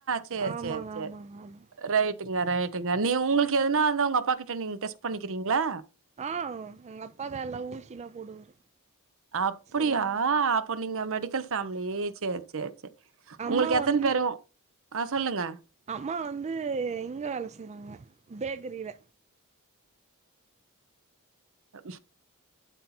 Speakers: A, on the right (about 65°); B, on the right (about 30°).
A: சேரி
B: ஆமாங்க
A: சேரி சேரி
B: ஆமாங்க ஆமா
A: ரைட்டுங்க ரைட்டுங்க நீ உங்களுக்கு எதுனா வந்தா உங்க அப்பா கிட்ட நீங் டெஸ்ட் பண்ணிக்கிறீங்ளா
B: ஆ எங்க அப்பாதா எல்லா ஊசி எல்லா போடுவாரு
A: அப்டியா
B: சில நேர
A: அப்போ நீங்க மெடிக்கல் ஃபேம்லி சேர் சேர் சேர்
B: அம்மா
A: உங்களுக்கு எத்தன
B: வந்து
A: பேரு ஆ சொல்லுங்க
B: அம்மா வந்து இங்க வேல செய்றாங்க பேக்கரில
A: அ